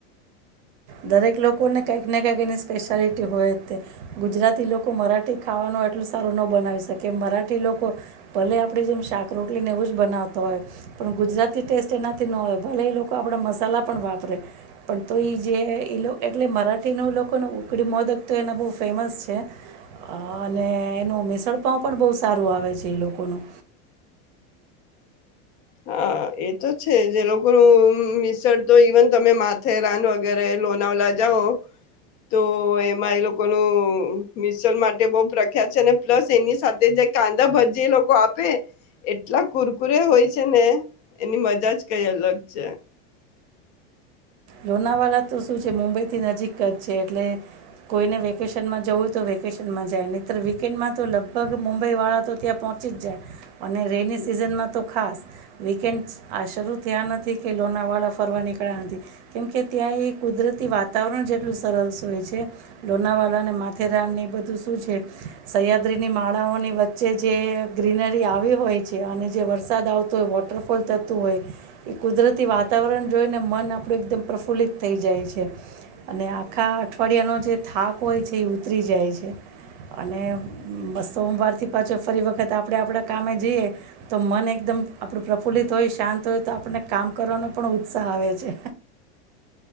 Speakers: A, on the right; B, on the left.
A: દરેક લોકોને કઈક ને કઈક એની સ્પેશ્યાલિટી હોય તે ગુજરાતી લોકો મરાઠી ખાવાનું એટલું સારું ન બનાવી શકે મરાઠી લોકો ભલે આપણી જેમ શાક રોટલી ને એવું જ બનાવતા હોય પણ ગુજરાતી ટેસ્ટ એનાથી ન હોય ભલે એ લોકો આપણા મસાલા પણ વાપરે પણ તો એ જે એટલે મરાઠીનું લોકોને ઉકડી મોદક તો એના બહુ ફેમસ છે અને એનું મિસડ પાવ પણ બહુ સારું આવે છે ઈ લોકોનું.
B: હા એજ. એતો છે જે લોકોનું મિસડ તો ઈવન તમે માથેરાન વગેરે લોનાવલા જાઓ તો એમાં એ લોકોનું મિસડ માટે બહું પ્રખ્યાત છે અને પ્લસ એની સાથે જે કાંદા ભજી એ લોકો આપે એટલા કુરકુરે હોય છેને એની મજા જ કઈ અલગ છ
A: લોનાવાળા તો શું છે મુંબઈથી નજીક જ છે, એટલે કોઈને વેકેશનમાં જવું તો વેકેશનમાં જાય નહી તર વીકેન્ડમાં તો લગભગ મુંબઈ વાળા તો ત્યાં પહોંચી જ જાય. અને રેની
B: હમ
A: સિઝનમાં તો ખાસ. વીકેન્ડ આ શરૂ થયા નથી કે લોનાવાળા ફરવા નીકળ્યા નથી. કેમકે ત્યાં એ કુદરતી વાતાવરણ જેટલું સરસ હોય છે, લોનાવાલા અને માથેરાનની બધું શું છે સહયાદ્રીની માળાઓની વચ્ચે જે ગ્રીનરી આવી હોય છે અને જે વરસાદ આવતો હોય વોટરફોલ થતું હોય એ કુદરતી વાતાવરણ જોઈને મન આપણું એકદમ પ્રફુલ્લિત થઈ જાય છે અને આખા અઠવાડિયાનો જે થાક હોય છે એ ઉતરી જાય છે, અને બ સોમવારથી પાછો ફરી વખત આપણે આપણા કામે જઈએ તો મન એકદમ આપણું પ્રફુલ્લિત હોય શાંત હોય તો આપણને કામ કરવાનો પણ ઉત્સાહ આવે છે.